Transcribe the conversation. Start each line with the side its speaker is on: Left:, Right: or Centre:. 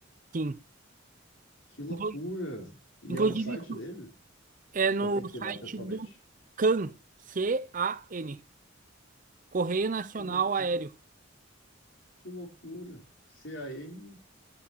Right: Sim.
Left: Que loucura!
Right: Inclu-
Left: E
Right: Inclusive,
Left: é no site dele?
Right: é no
Left: Ou tem que
Right: site
Left: ir lá pessoalmente?
Right: do CAN. C-A-N. Correio Nacional
Left: Que loucura!
Right: Aéreo.
Left: Que loucura! CAN